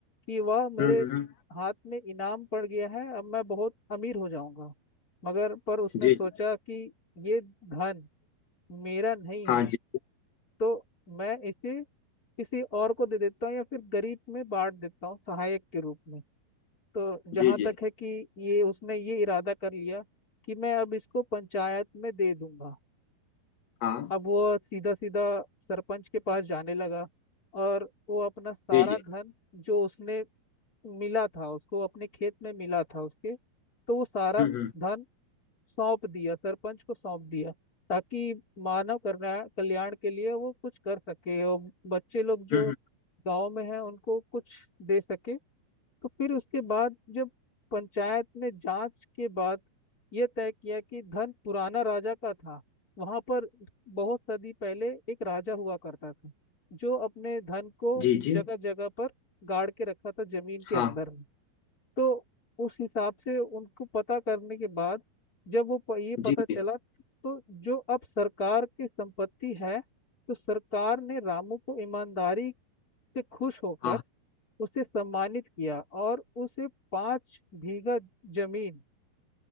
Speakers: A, on the left (about 20°); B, on the left (about 75°).
A: कि वाह मेरे
B: हम्म हम्म, हम्म, हम्म,
A: हाथ में इनाम पड़ गया है अब मैं बहुत अमीर हो जाऊंगा मगर पर उसने
B: जी
A: सोचा कि ये धन मेरा नहीं
B: हाँ
A: है
B: जी
A: तो मैं इसे किसी और को दे देता हूँ या फिर गरीब में बांट देता हूँ सहायक के रूप में तो जहाँ
B: जी जी
A: तक है कि ये उसने ये इरादा कर लिया कि मैं अब इसको पंचायत में दे दूंगा
B: हाँ
A: अब वो सीधा सीधा सरपंच के पास जाने लगा और वो अपना सारा
B: जी जी
A: धन जो उसने मिला था उसको अपने खेत में मिला था उसके तो वो सारा
B: हम्म हम्म
A: धन सौंप दिया सरपंच को सौंप दिया ताकि मानव कल्याण कल्याण के लिए वो कुछ कर सके और बच्चे लोग जो
B: हम्म हम्म,
A: गांव में हैं उनको कुछ दे सके तो फिर उसके बाद जब पंचायत में जांच के बाद यह तय किया कि धन पुराना राजा का था वहां पर बहुत सदी पहले एक राजा हुआ करता था जो अपने धन को
B: जी जी
A: जगह जगह पर गाड़ के रखा था जमीन
B: हाँ
A: के अंदर में तो उस हिसाब से उनको पता करने के बाद जब वो प- ये पता
B: जी जी
A: चला तो जो अब सरकार की संपत्ति है तो सरकार ने रामू को ईमानदारी से खुश होकर
B: हाँ
A: उसे सम्मानित किया और उसे पांच बीघा जमीन